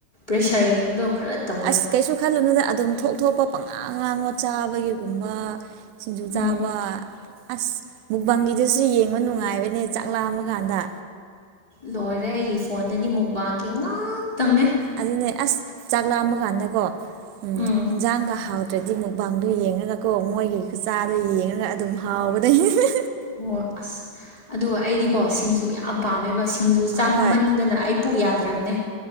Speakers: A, on the left; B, on the right.
A: ꯄ꯭ꯔꯦꯁꯔ ꯂꯩꯕꯗꯣ ꯈꯔ ꯇꯧꯋꯦ
B: ꯑꯁ ꯀꯩꯁꯨ ꯈꯜꯂꯨꯅꯨꯗ ꯑꯗꯨꯝ ꯊꯣꯛ ꯊꯣꯛꯄ ꯄꯪꯉꯥꯡ ꯉꯥꯡꯉꯣ ꯆꯥꯕꯒꯤꯒꯨꯝꯕ ꯁꯤꯡꯖꯨ
A: ꯎꯝ
B: ꯆꯥꯕ ꯑꯁ ꯃꯨꯛꯕꯥꯪꯒꯤꯗꯨꯁꯨ ꯌꯦꯡꯕ ꯅꯨꯡꯉꯥꯏꯕꯅꯦ ꯆꯥꯛ ꯂꯥꯛꯑꯃ ꯀꯥꯟꯗ
A: ꯂꯣꯏꯔꯦ ꯑꯩꯒꯤ ꯐꯣꯟꯗꯗꯤ ꯃꯨꯛꯕꯥꯡꯒꯤ ꯉꯥꯛꯇꯪꯅꯦ
B: ꯑꯗꯨꯅꯦ ꯑꯁ ꯆꯥꯛ ꯂꯥꯑꯝꯕ ꯀꯥꯟꯗꯀꯣ ꯎ
A: ꯎꯝ
B: ꯍꯟꯖꯥꯡꯒ ꯍꯥꯎꯗ꯭ꯔꯗꯤ ꯃꯨꯛꯕꯥꯥꯡꯗꯣ ꯌꯦꯡꯉꯒꯀꯣ ꯃꯣꯏꯒꯤꯒ ꯆꯥꯗꯣ ꯌꯦꯡꯉꯒ ꯑꯗꯨꯝ ꯍꯥꯎꯋ ꯇꯕꯗ
A: ꯑꯣ ꯑꯁ ꯑꯗꯨꯒ ꯑꯩꯗꯤꯀꯣ ꯁꯤꯡꯖꯨ ꯌꯥꯝ ꯄꯥꯝꯃꯦꯕ ꯁꯤꯡꯖꯨ ꯆꯥꯃꯟꯗꯅ
B: ꯍꯣꯏ
A: ꯑꯩ ꯄꯨꯛ ꯌꯥꯗ꯭ꯔꯕꯅꯦ